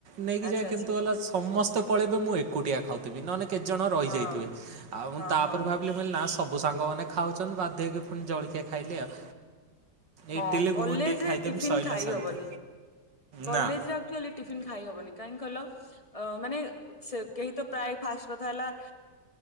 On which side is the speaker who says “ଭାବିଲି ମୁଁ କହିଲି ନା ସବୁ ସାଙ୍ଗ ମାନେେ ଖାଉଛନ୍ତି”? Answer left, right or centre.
Right